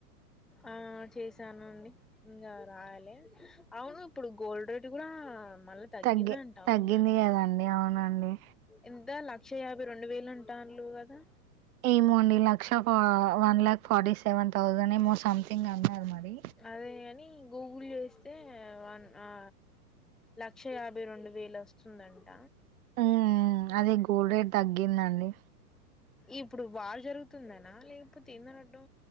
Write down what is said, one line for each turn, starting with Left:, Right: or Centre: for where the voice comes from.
Centre: ఆ ఆ చేశానండి ఇంకా రాయలేదు అవును ఇప్పుడు గోల్డ్ రేట్ కూడా మళ్ళ తగ్గిందంటా
Right: తగ్గి
Centre: అవునా
Right: తగ్గింది
Centre: అండి
Right: కదండి అవునండి
Centre: ఎం త లక్ష యాభై రెండు వేలు అంటారులు కదా
Right: ఏమో అండి లక్ష one lakh forty seven thousand ఏమో సంథింగ్ అన్నారు మరి
Centre: అదే గాని ఇంగో పూలు వేస్తే వన్ ఆ లక్ష యాభై రెండు వేలు వస్తుందంట
Right: మ్మ్ అదే గోల్ రేట్ తగ్గిందండి
Centre: ఇప్పుడు వార్ జరుగుతుందనా లేకపోతే ఎందన్నట్టు